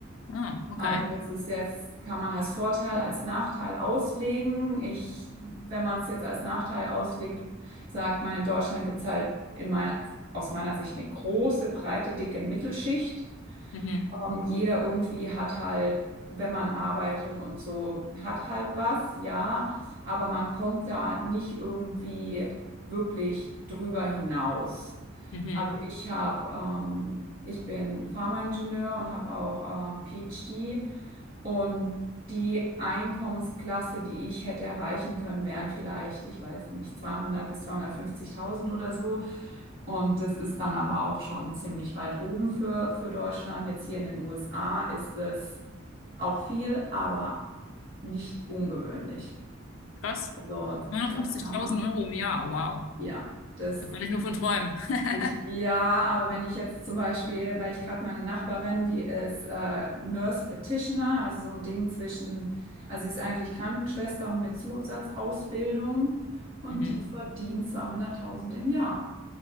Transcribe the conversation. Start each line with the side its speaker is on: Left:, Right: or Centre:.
Left: Ah, okay.
Right: Also das ist jetzt, kann man als Vorteil, als Nachteil auslegen. Ich, wenn man es jetzt als Nachteil auslegt, sagt man, in Deutschland gibt es halt in meiner, aus meiner Sicht eine große, breite, dicke Mittelschicht.
Left: Mhm,
Right: Ähm, jeder irgendwie hat halt, wenn man arbeitet und so, hat halt was, ja, aber man kommt da nicht irgendwie wirklich drüber hinaus.
Left: mhm.
Right: Also ich habe, ähm, ich bin Pharmaingenieur und habe auch ähm, PhD und die Einkommensklasse, die ich hätte erreichen können, wären vielleicht, ich weiß nicht, 200 bis 250.000 oder so. Und das ist dann aber auch schon ziemlich weit oben für, für Deutschland. Jetzt hier in den USA ist es auch viel, aber nicht ungewöhnlich.
Left: Krass.
Right: Also
Left: 250.000
Right: da kann man,
Left: Euro im Jahr. Wow.
Right: ja, das
Left: Da könnte ich nur von träumen. <laughs>
Right: ich, ja, aber wenn ich jetzt zum Beispiel, weil ich gerade meine Nachbarin, die ist äh, Nurse Practitioner, also so ein Ding zwischen, also sie ist eigentlich Krankenschwester und mit Zusatzausbildung und
Left: Mhm.
Right: die verdient 200.000 im Jahr.